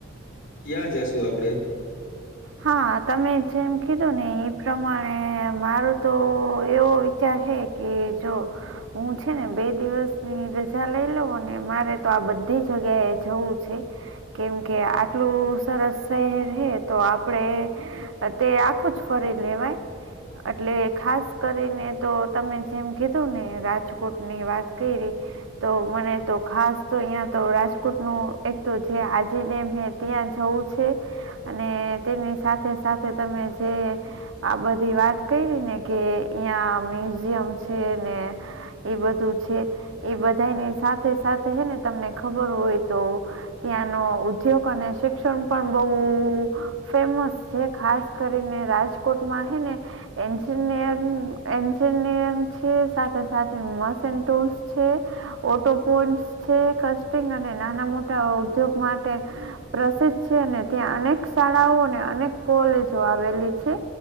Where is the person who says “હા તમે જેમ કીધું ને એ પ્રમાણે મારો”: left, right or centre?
Right